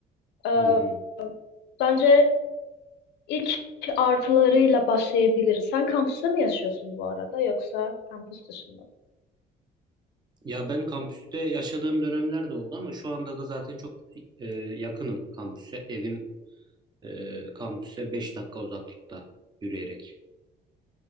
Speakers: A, on the left; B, on the right.
A: Ee,
B: hı hı.
A: bence ilk artılarıyla başlayabiliriz. Sen kampüste mi yaşıyorsun bu arada yoksa kampüs dışında mı?
B: Ya ben kampüste yaşadığım dönemler de oldu ama şu anda da zaten çok e, yakınım kampüse. Evim e, kampüse 5 dakika uzaklıkta yürüyerek.